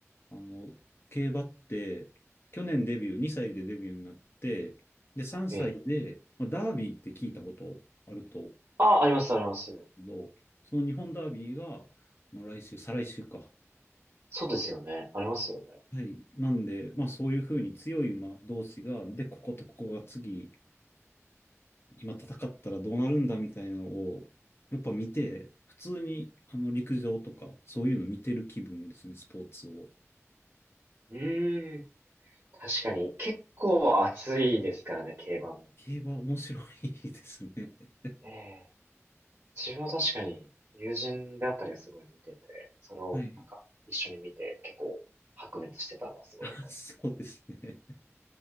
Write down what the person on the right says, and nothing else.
ええ。
ああ、あります、あります。
そうですよね。ありますよね。
うーん。確かに、結構暑いですからね、競馬も。
ええ。自分は確かに、友人であったりがすごい見てて、それをなんか一緒に見て、
結構白熱してたのはすごい思いますね。